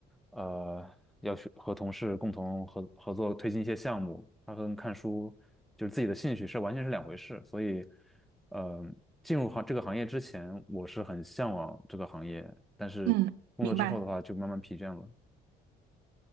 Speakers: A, in the centre; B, on the right (about 90°).
A: 呃要去和同事共同合合作推进一些项目。它跟看书就是自己的兴趣是完全是两回事。所以，呃，进入行这个行业之前，我是很向往这个行业，但是工作之后的话就慢慢疲倦了。
B: 嗯，明白。